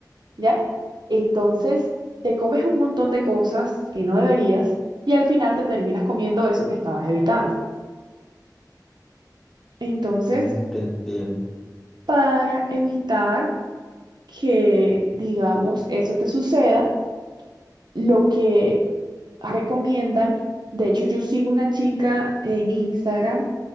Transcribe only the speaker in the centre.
Mm, te entiendo.